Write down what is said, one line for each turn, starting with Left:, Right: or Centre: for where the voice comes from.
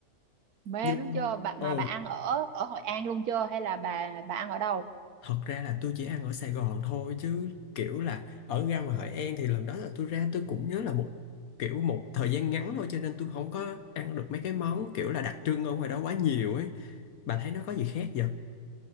Right: mê
Left: Nhưng
Right: đúng chưa bà,
Left: ờ
Right: mà bà ăn ở ở Hội An luôn chưa hay là bà bà ăn ở đâu
Left: Thật ra là tôi chỉ ăn ở Sài Gòn thôi chứ kiểu là ở ra ngoài Hội An thì lần đó là tôi ra tôi cũng nhớ là một kiểu một thời gian ngắn thôi cho nên tôi không có ăn được mấy cái món kiểu là đặc trưng ở ngoài đó quá nhiều ấy. Bà thấy nó có gì khác vậy?